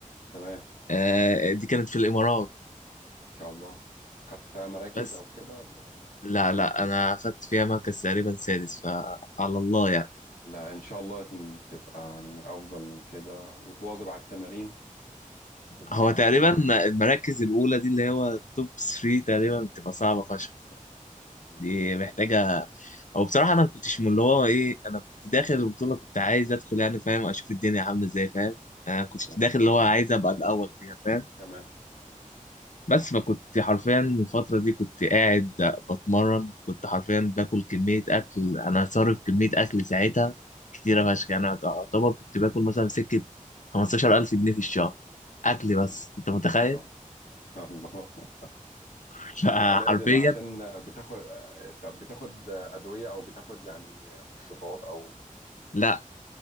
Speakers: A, on the left; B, on the left.
A: تمام ان
B: آه دي كانت في الامارات
A: شاء الله خدت فيها مراكز
B: بس
A: او كده ولا ايه
B: لا لا انا اخدت فيها مركز تقريبا سادس فعلى الله يعني
A: لا ان شاء الله تبقى يعني افضل من كده وتواظب على التمارين تبقى
B: هو تقريبا
A: تبقى احسن
B: المراكز الاولى دي اللي هو توب 3 تقريبا بتبقى صعبه فشخ
A: مم.
B: دي محتاجه او بصراحه انا ما كنتش من اللي هو ايه انا كنت داخل البطوله كنت عايز ادخل يعني فاهم اشوف الدنيا عامله ازاي فاهم انا كنت
A: ت-
B: داخل اللي
A: اه
B: هو عايز ابقى الاول فيها فاهم
A: تمام مم.
B: بس فكنت حرفيا الفترة دي كنت قاعد بتمرن كنت حرفيا باكل كمية أكل أنا صارف كمية أكل ساعتها كتيرة فشخ يعني أعتبر كنت باكل مثلا سكة 15000 جنيه في الشهر أكل
A: آه.
B: بس أنت متخيل؟
A: ان شاء الله <laughs>
B: <laughs> فحرفيا
A: ما لازم عشان بتاخد طب بتاخد أدوية أو بتاخد يعني مشروطات أو
B: لا